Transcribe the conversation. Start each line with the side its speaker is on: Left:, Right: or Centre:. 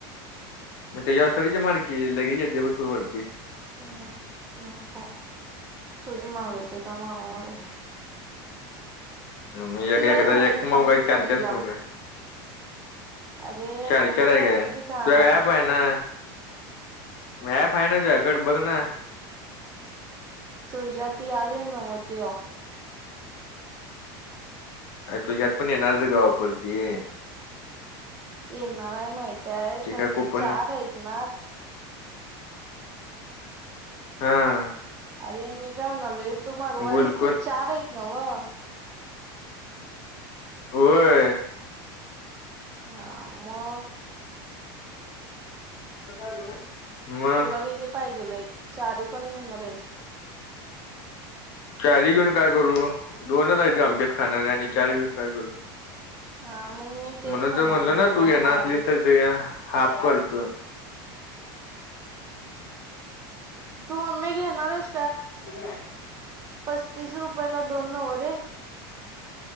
Left: मग तेज्याव सर्च मारकी लगेज येतय ब अस वरती.
Right: <unintelligible> तूच मागव जे काय मागणारयेस.
Left: हम एक एकदाच
Right: आहे सांग
Left: एक
Right: मी सांगतो
Left: मऊगाय चार
Right: मम्मीला
Left: चार खाऊ काय?
Right: अरे
Left: चार
Right: मम्मीला
Left: चार हाय
Right: सांगतो
Left: काय तुझ्या
Right: की दहा
Left: क ऍप आहे ना? म ॲप हाय ना तुझ्याकड बघ ना.
Right: सुुरजा ती आली न्हव ती ऑ
Left: अ तुझ्यात पण येणारच ग ऑफल ती.
Right: येणार आहे माहित आहे खरं
Left: काय कुपन
Right: ते चार आहेत ना.
Left: हा.
Right: अरे मी काय म्हणालोय तू मागवलिच
Left: गुलकोन
Right: ते चार आहेत न्हव.
Left: होय.
Right: हा मग.
Left: <unintelligible> मग
Right: तुला किती पाहिजेल आहेत चारी पण घेणार आहेस?
Left: चारी घेऊन काय करू दोनच हायती आमच्यात खाणारी आणि
Right: हम्म,
Left: चार घेऊन काय करू
Right: हा मग मी तेच
Left: म्हणून
Right: म्हणालोय
Left: तर म्हणलो ना
Right: नव्ह
Left: तू घेनार
Right: माग
Left: असलीस तर ते हाफ करतो.
Right: तू मम्मी घेणारेस
Left: <inaudible>
Right: पस्तीस रुपयाला दोन न्हव रे?